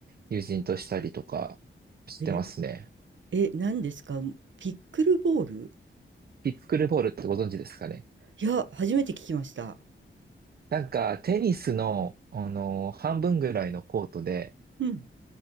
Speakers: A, on the right; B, on the right.
A: 友人としたりとかしてますね。
B: え、え、何ですかピックルボール
A: ピックルボールってご存知ですかね
B: いや、初めて聞きました。
A: なんか、テニスの、あのー半分ぐらいのコートで、
B: うん。